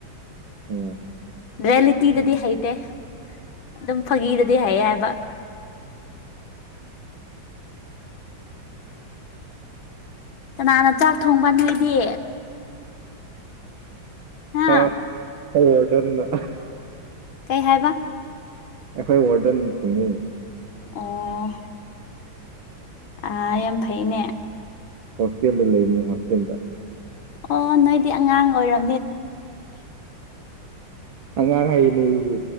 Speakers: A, on the right; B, on the left.
A: ꯍ
B: ꯔꯤꯌꯦꯂꯤꯇꯤꯗꯗꯤ ꯍꯩꯇꯦ ꯑꯗꯨꯝ ꯐꯥꯒꯤꯗꯗꯤ ꯍꯩ ꯍꯥꯏꯕ ꯀꯅꯥꯅ ꯆꯥꯛ ꯊꯣꯡꯕ ꯅꯣꯏꯗꯤ ꯍꯥ
A: ꯑ ꯑꯗꯅ
B: ꯀꯩ ꯍꯥꯏꯕ
A: ꯑꯩꯈꯣꯏ ꯋꯥꯔꯗꯟ ꯊꯣꯡꯉ
B: ꯑꯣ ꯑ ꯌꯥꯝ ꯐꯩꯅꯦ
A: ꯍꯣꯁꯇꯦꯜꯗ ꯂꯩꯕꯅꯤ ꯍꯣꯁꯇꯦꯜꯗ
B: ꯑꯣ ꯅꯣꯏꯗꯤ ꯑꯉꯥꯡ ꯑꯣꯏꯔꯣ
A: ꯍꯉꯥꯡꯉꯅꯦ ꯏꯕꯕꯨ